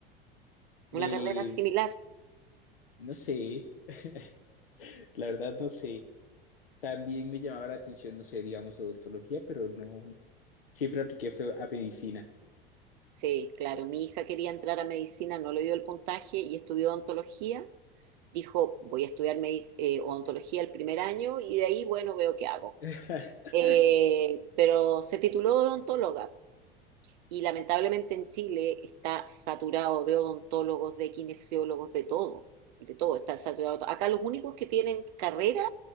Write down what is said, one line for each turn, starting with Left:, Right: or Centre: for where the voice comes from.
Left: eh,
Right: una carrera similar?
Left: no sé, <laughs> la verdad no sé. También me llamaba la atención, no sé, digamos, odontología, pero no, siempre apliqué fue a medicina.
Right: Sí, claro, mi hija quería entrar a medicina, no le dio el puntaje y estudió odontología dijo, voy a estudiar medic- eh, odontología el primer año y de ahí, bueno, veo qué hago.
Left: <laughs>
Right: Eh, pero se tituló odontóloga y lamentablemente en Chile está saturado de odontólogos, de kinesiólogos, de todo, de todo, está saturado. Acá los únicos que tienen carrera